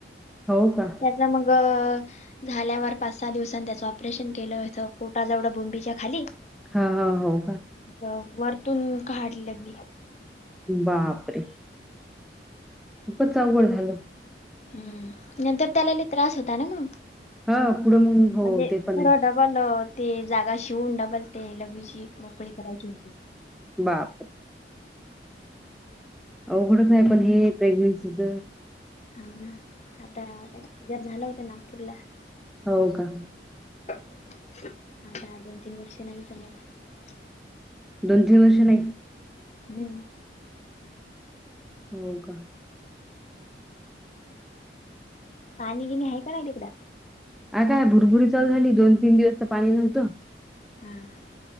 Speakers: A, in the centre; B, on the left.
A: हो का?
B: त्याचं मग अ झाल्यावर पाच सहा दिवसांनी त्याचं ऑपरेशन केलं होतं खूप आज एवढा बेंबीच्या खाली
A: हा, हा, हो का?
B: असं वरतून काढलं मी
A: बापरे. खूपच आवघड झाल.
B: हम्म, नंतर त्याला लयी त्रास होता ना मग.
A: हा पुढं मग हो
B: म्हणजे
A: ते पण
B: पुढं
A: आहे.
B: डबल ते जागा शिवून डबलते लघवीची मोकळी करायची होती.
A: बा.. अवघडंच आहे पण हे प्रेग्नेन्सीच.
B: हाव न आता झाला होतं नागपूरला.
A: हो, का?
B: आता दोन, तीन वर्षे नाही जमत
A: दोन, तीन वर्ष नाही
B: हम्म.
A: हो, का?
B: पाणी, गिणी आहे का नाही तिकड?
A: काय भुरभुरी, चालु झाली दोन, तीन दिवस तर पाणी नव्हत.
B: हा, आ..